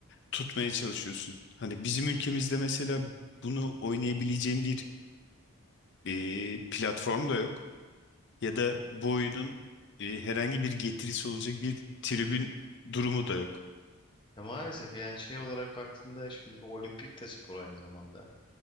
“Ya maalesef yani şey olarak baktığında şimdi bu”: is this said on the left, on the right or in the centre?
Left